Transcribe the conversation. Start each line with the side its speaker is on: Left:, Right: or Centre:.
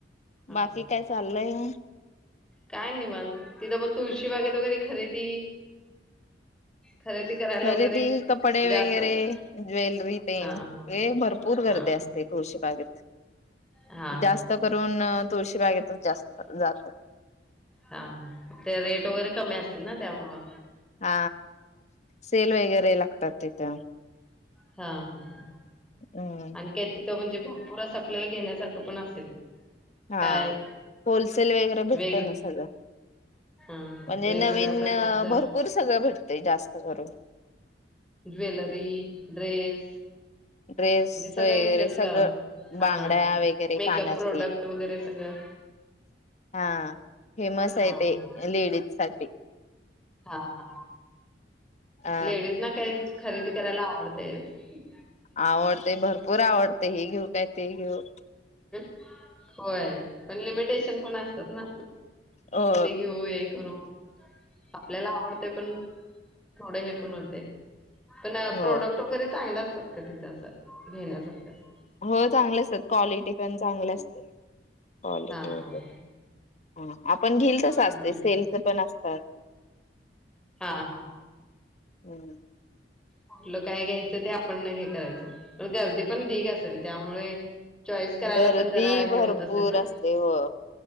Centre: हा
Left: बाकी काय चाललंय?
Centre: काय, निवांत तिथं मग तुळशी बागेत वगैरे खरेदी? खरेदी करायला
Left: खरेदी,
Centre: वगैरे
Left: कपडे
Centre: जास्त
Left: वगैरे,
Centre: अस
Left: ज्वेलरी... तेन
Centre: हा हा
Left: लय भरपूर... पूर
Centre: हा
Left: गर्दी असते.
Centre: हा
Left: तुळशी बागेत,
Centre: हा
Left: जास्त
Centre: हा
Left: करून तुळशी बागेतच जास्त जातात...
Centre: हा, ते रेट वगैरे कमी असतील ना, त्यामुळे?
Left: आ, सेल वगैरे लागतात तिथं...
Centre: हा हा हा...
Left: हं
Centre: एक तिथं म्हणजे भरपूरच अस आपल्याला घेण्यासारखं पण असेल...
Left: हा..
Centre: काय
Left: होलसेल वगैरे भेटतं
Centre: वेग
Left: ना सगळं?
Centre: हा हा
Left: म्हणजे
Centre: वेगवेगळ्या
Left: नवीन
Centre: प्रकारचं
Left: भरपूर सगळं भेटतंय, जास्त करून...
Centre: ज्वेलरी, ड्रेस.....
Left: ड्रेस
Centre: म्हणजे सगळं
Left: वगैरे
Centre: ह्याच्यातलं
Left: सगळं
Centre: हा
Left: बांगड्या वगैरे,
Centre: मेकअप
Left: कानातले
Centre: प्रोडक्ट वगैरे सगळं
Left: हा, फेमसाय
Centre: हा
Left: ते
Centre: हा
Left: लेडीजसाठी
Centre: हा हा,
Left: अ
Centre: लेडीज ना काय खरेदी करायला आवडतंयच
Left: आवडतय, भरपूर आवडतय, हे घेऊ काय, ते घेऊ
Centre: होय, पण लिमिटेशन पण असतात ना?
Left: हो
Centre: ते घेऊ... होय, करू... आपल्याला आवडतंय, पण थोडं हे पण होतंय, पण
Left: हो
Centre: प्रोडक्... क, वगैरे चांगला असतात का? तिथं असं घेण्यासारखं असं?
Left: होय, चांगले असतात, क्वालिटी पण चांगली असते. क्वालिटी
Centre: हा हा
Left: वगैरे,
Centre: हा
Left: हा आपण घेईल तसं असतंय,
Centre: हम्म
Left: सेलचं पण अस तात <unintelligible>
Centre: हा, हा
Left: हं
Centre: कुठलं काय घ्यायचं, ते आपण हे करायचं, पण गर्दी पण ढिग असेल, त्यामुळे चॉईस करायला
Left: गर्दी
Centre: पण जरा हे
Left: भरपूर
Centre: होत असेल ना?
Left: असते हो